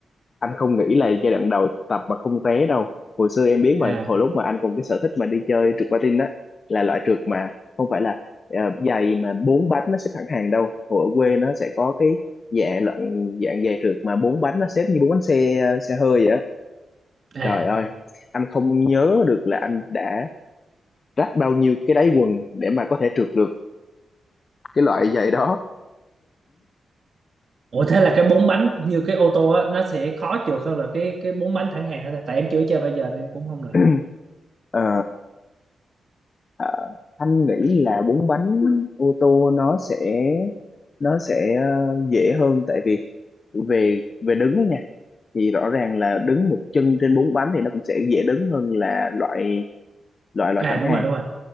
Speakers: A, on the left; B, on the right.
A: anh không nghĩ là giai đoạn đầu tập mà không té đâu hồi xưa em biết
B: À,
A: mà hồi lúc mà anh cùng cái sở thích mà đi chơi trượt patin á là loại trượt mà không phải là ờ, giày mà bốn bánh nó xếp thẳng hàng đâu hồi ở quê nó sẽ có cái dạng loại dạng giày trượt mà bốn bánh nó xếp như bốn bánh xe ờ, xe hơi vậy á
B: à.
A: trời ơi anh không nhớ được là anh đã rách bao nhiêu cái đáy quần để mà có thể trượt được cái loại giày đó
B: Ủa thế là cái bốn bánh như cái ô tô á nó sẽ khó trượt hơn là cái cái bốn bánh thẳng hàng hả ta? Tại em chưa chơi bao giờ nên cũng không được.
A: Ừ. Ờ, à, anh nghĩ là bốn bánh ô tô nó sẽ nó sẽ ờ, dễ hơn tại vì về về đứng ấy nha thì rõ ràng là đứng một chân trên bốn bánh thì nó cũng sẽ dễ đứng hơn là loại loại loại
B: À
A: thẳng
B: đúng
A: hàng
B: rồi, đúng rồi.